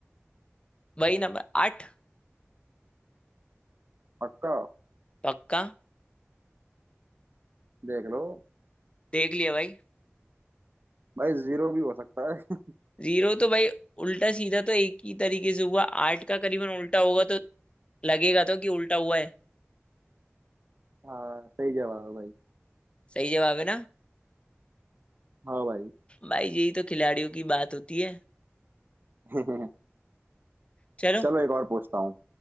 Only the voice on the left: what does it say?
वही नंबर आठ
पक्का
देख लिया भाई
जीरो तो भाई उल्टा सीधा तो एक ही तरीके से हुआ आठ का करीबन उल्टा होगा तो लगेगा तो कि उल्टा हुआ है
सही जवाब है ना
भाई यही तो खिलाड़ियों की बात होती है
चलो